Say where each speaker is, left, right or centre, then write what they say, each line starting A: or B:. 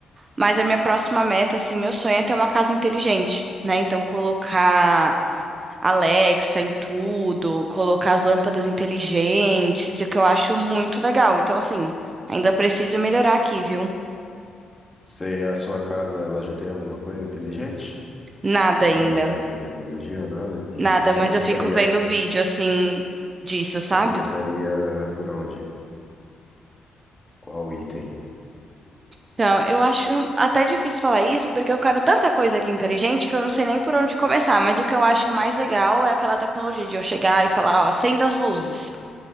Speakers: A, on the right; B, on the left.
A: Mas a minha próxima meta, assim, meu sonho é ter uma casa inteligente, né? Então, colocar Alexa em tudo, colocar as lâmpadas inteligentes, o que eu acho muito legal. Então, assim, ainda preciso melhorar aqui, viu?
B: Se a sua casa, ela já tem alguma coisa inteligente?
A: Nada ainda.
B: Alguma dessas tecnologia, nada? E
A: Nada,
B: que você
A: mas
B: começaria,
A: eu fico vendo vídeo, assim, disso, sabe?
B: você começaria por onde? Qual item?
A: Então, eu acho até difícil falar isso, porque eu quero tanta coisa aqui inteligente que eu não sei nem por onde começar. Mas o que eu acho mais legal é aquela tecnologia de eu chegar e falar, ó, acenda as luzes.